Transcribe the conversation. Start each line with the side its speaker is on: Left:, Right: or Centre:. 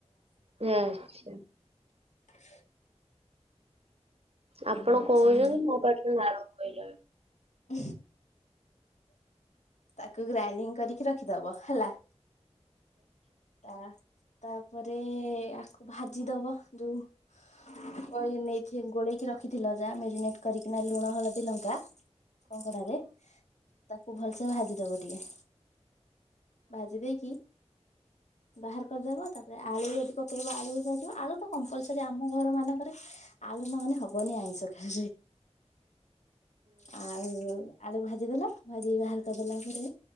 Right: ଆଛା।
Left: ଆ <inaudible>
Right: ଆପଣ
Left: ହଉଛି
Right: କହୁଛନ୍ତି ମୋ ପାଟିରୁ ନାଳ ବୋଇଲାଣି।
Left: <inaudible> ତାକୁ ଗ୍ରାଇଣ୍ଡିଙ୍ଗ କରିକି ରଖିଦବ ହେଲା। ତା ତା ତାପରେ ଆକୁ ଭାଜି ଦବ, ଯୋଉ ନେଇକି ଗୋଳେଇକି ରଖିଥିଲ ଯାହା ମେରିନେଟ କରିକିନା ଲୁଣ, ହଳଦୀ, ଲଙ୍କା। କଙ୍କଡାରେ ତାକୁ ଭଲସେ ଭାଜି ଦବ ଟିକେ। ଭାଜି ଦେଇକିି ବାହାର କରିଦବ, ତାପରେ ଆଳୁ ଯଦି ପକେଇବ ଆଳୁ ବି ଭଜିବ, ଆଳୁ ତ କମ୍ପଲସରି ଆମ ଘର ମାନଙ୍କରେ ଆଲୁ ନହଲେ ହବନି ଆଇସ ଖା ଆଉ ଆଳୁ ଭାଜିଦେଲ, ଭାଜି ବାହାର କରି ଦେଲା ପରେ